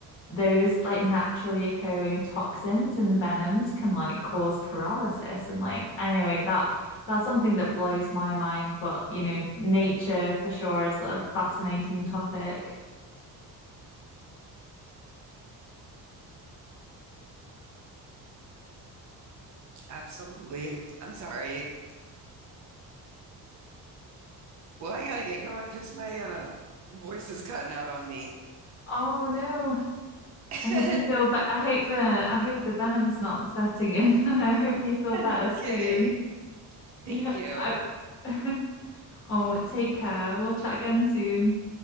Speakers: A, on the left (about 35°); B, on the right (about 50°).
A: those like naturally occurring toxins and venoms can like cause paralysis. And like anyway, that that's something that blows my mind. But you know, nature for sure is a fascinating topic.
B: Absolutely. I'm sorry. Well, I gotta get going because my uh, voice is cutting out on me.
A: Oh no.
B: <laughs>
A: I hope you feel better. I hope uh, I hope the venom's not setting in <laughs> and I hope you feel better
B: No
A: soon.
B: kidding. Thank
A: Yeah.
B: you.
A: I- <laughs> oh, take care. We'll chat again soon.